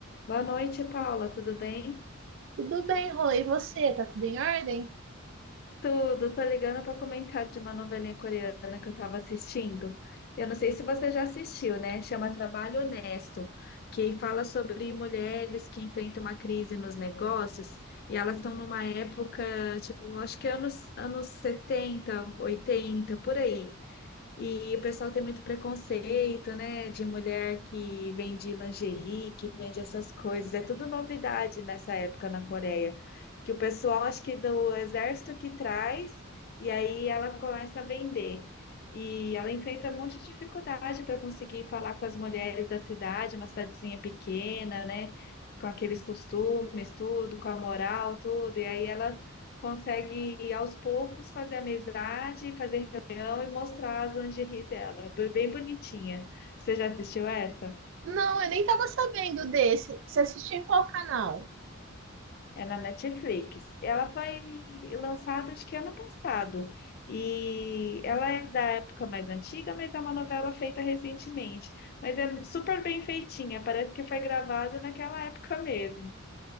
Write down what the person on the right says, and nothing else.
Tudo bem, Rô, e você? Tá tudo em ordem?
Não, eu nem tava sabendo desse. Você assistiu em qual canal?